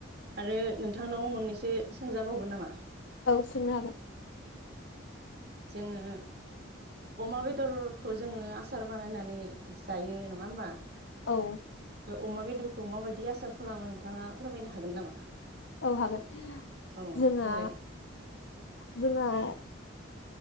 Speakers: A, on the right; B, on the left.
A: आरो नोंथांनाव मोननैसो सोंजाबावगोन नामा।
B: औ सोंनो हागोन।
A: जोंङो अमा बेदरखौ जोंङो आसार बानायनानै जायो नंङा होमबा।
B: औ।
A: अमा बेदरखौ माबायदि आसार खालामो नोंथाङा। फोरमायनो हागोन नामा।
B: औ हागोन
A: औ
B: जोंहा।
A: बुंलाय
B: जोंङो। <inaudible>